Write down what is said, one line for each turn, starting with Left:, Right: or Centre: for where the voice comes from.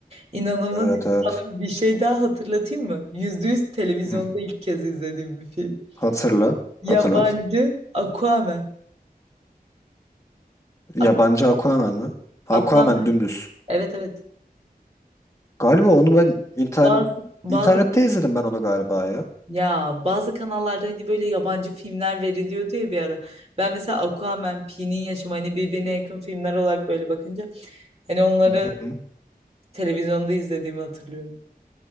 Right: İnanılmaz
Left: evet evet
Right: sana bir şey daha hatırlatayım mı? Yüzde yüz televizyonda
Left: Hı.
Right: ilk kez izlediğim bir film.
Left: hatırla
Right: Yabancı
Left: hatırlat
Right: Aquaman.
Left: yabancı
Right: Aqu-
Left: Aquaman mı Aquaman
Right: Aquaman.
Left: dümdüz
Right: Evet evet.
Left: Galiba onu ben internet
Right: Bazı bazı
Left: internette izledim ben onu galiba ya.
Right: ya bazı kanallarda hani böyle yabancı filmler veriliyordu ya bir ara. Ben mesela Aquaman, Pi'nin yaşamı hani birbirine yakın filmler olarak böyle bakınca hani onları
Left: Hı hı.
Right: Televizyonda izlediğimi hatırlıyorum.